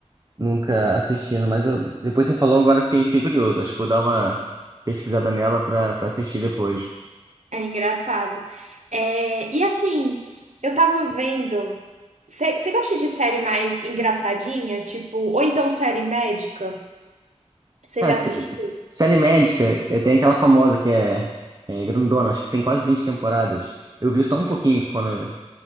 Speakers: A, on the right; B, on the right.
A: nunca assistindo, mas eu, depois que você falou, agora eu fiquei, fiquei curioso. Acho que vou dar uma pesquisada nela pra, pra assistir depois.
B: É engraçado. É, E assim, eu tava vendo. Você gosta de série mais engraçadinha? Tipo, ou então série médica? Você
A: Cara,
B: já
A: sé-
B: assistiu?
A: série médica, eh, tem aquela famosa que é, é grandona, acho que tem quase 20 temporadas. Eu vi só um pouquinho quando